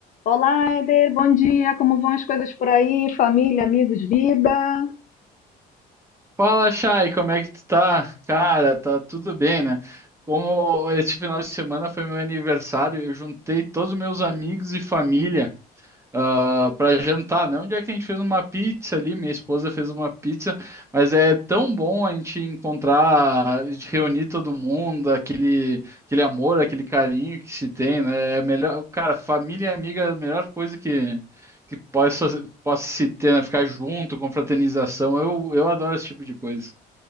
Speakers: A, on the left; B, on the right.
A: Olá, Eder, bom dia. Como vão as coisas por aí? Família, amigos, vida?
B: Fala, Chay, como é que tu tá? Cara, tá tudo bem, né? Como esse final de semana foi meu aniversário, eu juntei todos os meus amigos e família ah, para jantar, né? Um dia que a gente fez uma pizza ali, minha esposa fez uma pizza, mas é tão bom a gente encontrar, a gente reunir todo mundo, aquele, aquele amor, aquele carinho que se tem, né? É melhor, cara, família e amiga é a melhor coisa que, que possa, possa se ter, né? Ficar junto, confraternização. Eu, eu adoro esse tipo de coisa.